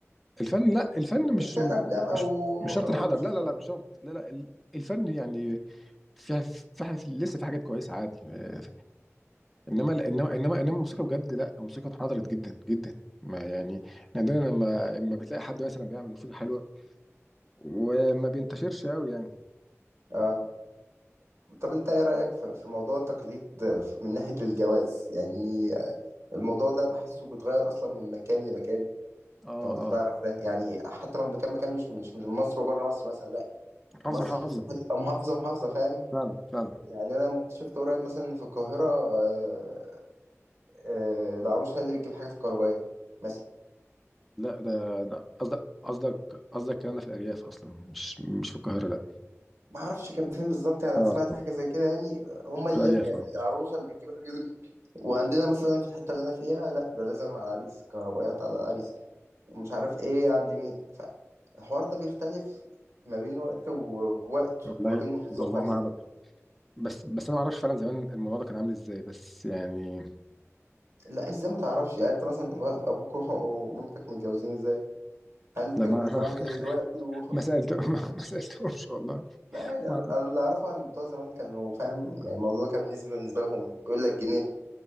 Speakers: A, in the centre; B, on the right.
A: الفن لا الفن مش
B: بس كان افلام
A: مش
B: او
A: مش شرط
B: او
A: انحدر
B: موسيقى
A: لا لا لا مش شرط لا لا ال- الفن يعني في في حاجات- لسه في حاجات كويسه عادي آه، انما انما انما انما الموسيقى بجد لا الموسيقى انحدرت جدا جدا ما يعني نادرا لما لما بتلاقي حد مثلا بيعمل موسيقى حلوه وما بينتشرش قوي يعني
B: اه طب انت ايه رأيك في في موضوع التقليد في- من ناحية الجواز يعني الموضوع ده بحسه بيتغير اصلا من مكان لمكان
A: اه
B: لو انت
A: اه
B: تعرف ده يعني حتى لما كان مكان مش مش مش من مصر وبره مصر مثلا لا
A: محافظه
B: مصر
A: محافظه
B: بتبقى محافظه محافظه فاهم
A: فعلا فعلا
B: يعني انا اكتشفت قريب مثلا ان في القاهره آه، آه، العروسه هي اللي بتجيب الحاجات الكهربائيه مثلا
A: لا ده ده قصدك قصدك قصدك الكلام ده في الأرياف أصلا مش مش في القاهرة لا
B: ما اعرفش كان فين بالظبط يعني انا
A: اه
B: سمعت حاجه زي كده يعني هم اللي
A: في الأرياف
B: يعني
A: اه
B: العروسه اللي بتجيب الحاجات دي. وعندنا مثلا في الحته اللي انا فيها لا ده لازم على العريس كهربائيات على العريس ومش عارف ايه عند مين فالحوار ده بيختلف ما بين وقت ووقت
A: والله
B: وما بين محافظه
A: والله
B: ومحافظه
A: ما أعرف بس بس أنا ما أعرفش فعلا زمان الموضوع ده كان عامل إزاي بس يعني
B: لا ازاي ما تعرفش يعني انت مثلا و- ابوك و- ومامتك متجوزين ازاي هل كانوا
A: لا ما
B: بيدفعوا زي
A: <laughs>
B: دلوقتي و... <laughs>
A: ما سألته ما, ما سألتهمش والله
B: لا يعني انا
A: ما
B: أنا اللي اعرفه عن بتوع زمان كانوا فاهم يعني الموضوع ده كان بالنسبه بالنسبه لهم بيقول لك جنيه